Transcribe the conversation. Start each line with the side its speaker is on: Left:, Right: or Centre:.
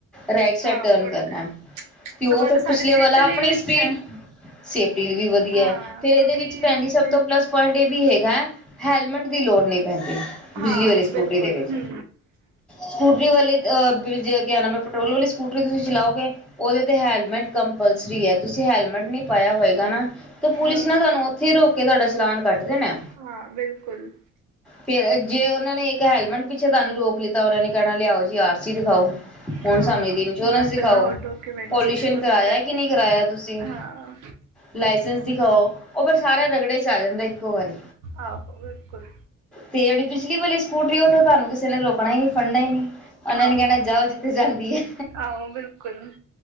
Centre: ਰਾਈਟ ਸਾਈਡ
Right: ਹਾਂ
Centre: ਟਰਨ
Right: ਮੁੜ
Centre: ਕਰਨਾ।
Right: ਪਿਆ
Centre: ਤੇ
Right: ਸਗੋਂ
Centre: ਉਹ ਫਿਰ
Right: ਇਹ ਤਾਂ
Centre: ਪਿਛਲੇ
Right: ਸਾਡੀ
Centre: ਵਾਲਾ
Right: ਸੇਫਟੀ ਲਈ
Centre: ਆਪਣੀ
Right: ਵੀ
Centre: ਸਪੀਡ,
Right: ਅੱਛਾ ਹੈ
Centre: ਸੇਫਟੀ ਵੀ ਵਧੀਆ
Right: ਹਾਂ
Centre: ਫਿਰ ਇਹਦੇ
Right: ਕਿਉਂਕਿ
Centre: ਵਿੱਚ ਭੈਣ
Right: ਦੂਸਰੇ
Centre: ਜੀ ਸਭ ਤੋਂ ਪਲੱਸ ਪੁਆਇੰਟ ਇਹ ਵੀ ਹੈਗਾ। ਹੈਲਮੇਟ ਦੀ ਲੋੜ ਨਹੀਂ ਪੈਂਦੀ ਬਿਜਲੀ
Right: ਹਾਂ
Centre: ਵਾਲੀ ਸਕੂਟਰੀ
Right: ਬਿਲਕੁਲ
Centre: ਦੇ ਵਿੱਚ
Right: ਹੂੰ
Centre: ਸਕੂਟਰੀ ਵਾਲੇ ਅਹ ਕਿਆ ਨਾਮ ਹੈ ਪੈਟਰੋਲ ਵਾਲੀ ਸਕੂਟਰੀ ਤੁਸੀਂ ਚਲਾਓਗੇ ਉਹਦੇ ਤੇ ਹੈਲਮੇਟ ਕੰਪਲਸਰੀ ਹੈ ਤੁਸੀਂ ਹੈਲਮੇਟ ਨਹੀਂ ਪਾਇਆ ਹੋਏਗਾ ਨਾ ਤੇ ਪੁਲਿਸ
Right: ਹਾਂ
Centre: ਨਾ ਤੁਹਾਨੂੰ ਉੱਥੇ ਹੀ ਰੋਕ ਕੇ ਤੁਹਾਡਾ ਚਲਾਨ ਕੱਟ ਦੇਣਾ।
Right: ਹਾਂ ਬਿਲਕੁਲ।
Centre: ਫੇਰ ਜੇ ਉਹਨਾਂ ਨੇ ਇੱਕ ਹੈਲਮਟ ਪਿੱਛੇ ਤੁਹਾਨੂੰ ਰੋਕ ਲਿੱਤਾ ਉਹਨਾਂ ਨੇ ਕਹਿਣਾ ਲਿਆਓ ਜੀ ਆਰ ਸੀ ਦਿਖਾਓ ਹੁਣ
Right: ਹਾਂ
Centre: ਸਾਨੂੰ ਇੰਸ਼ੋਰੈਂਸ
Right: ਬਸ
Centre: ਦਿਖਾਓ।
Right: ਫਿਰ ਆਹੋ ਡਾਕੂਮੈਂਟਸ
Centre: ਪੋਲਿਊਸ਼ਨ
Right: ਫਿਰ ਉਹ
Centre: ਕਰਾਇਆ
Right: ਦਿੱਕਤ
Centre: ਕਿ ਨਹੀਂ ਕਰਾਇਆ ਤੁਸੀਂ,
Right: ਹਾਂ
Centre: ਲਾਇਸੈਂਸ ਦਿਖਾਓ ਉਹ ਫਿਰ ਸਾਰਾ ਰਗੜੇ ਆ ਜਾਂਦਾ ਇੱਕੋ ਵਾਰੀ।
Right: ਆਹੋ ਬਿਲਕੁਲ।
Centre: ਤੇ ਜਿਹੜੀ ਬਿਜਲੀ ਸਕੂਟਰੀ ਉਹ ਤੇ ਤੁਹਾਨੂੰ ਕਿਸੇ ਨੇ ਰੋਕਣਾਈ ਨੀ ਫੜਨਾ ਹੀ ਨੀ ਉਹਨਾਂ
Right: ਆਹੋ
Centre: ਨੇ ਕਹਿਣਾ ਜਾਓ ਜਿੱਥੇ ਜਾਂਦੀ ਹੈ।
Right: ਆਹੋ ਬਿਲਕੁਲ